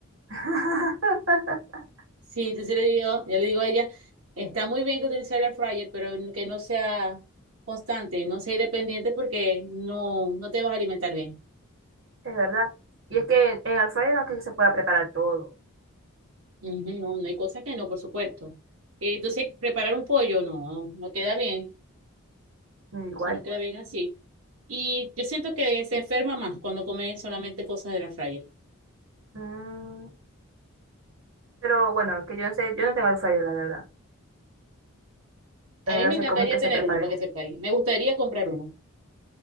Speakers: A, on the right; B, on the right.
A: <laughs>
B: Sí, entonces le digo, yo le digo a ella, está muy bien que utilice el air fryer, pero que no sea constante, no sea independiente porque no, no te vas a alimentar bien.
A: Es verdad. Y es que en, en air fryer no es que se pueda preparar todo.
B: Ujú, no, no hay cosas que no, por supuesto. Eh, Entonces, preparar un pollo, no, no queda bien.
A: Igual.
B: se nos queda bien así. Y yo siento que se enferma más cuando come solamente cosas de la fryer.
A: Mm, pero bueno, que yo no sé, yo no tengo el fryer, la verdad.
B: A
A: Entonces
B: mí
A: no
B: me encantaría
A: sé cómo es que
B: tener
A: se prepare.
B: uno para que sepáis. Me gustaría comprar uno.